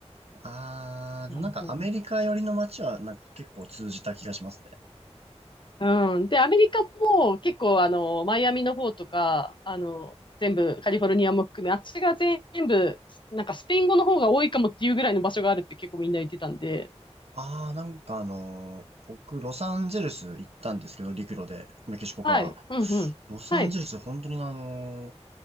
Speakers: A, on the right; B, on the left.
A: あー、
B: なんか、
A: でもなんかアメリカ寄りの街はなんか結構通じた気がしますね。
B: うん。で、アメリカも結構あの、マイアミの方とか、あの、全部カリフォルニアも含め、あっちが全部、なんかスペイン語の方が多いかもっていうぐらいの場所があるって結構みんな言ってたんで、
A: あー、なんかあのー僕、ロサンゼルス行ったんですけど、陸路で、メキシコから。
B: はい。うんうん。
A: ロサンゼルス、
B: はい。
A: 本当にあのー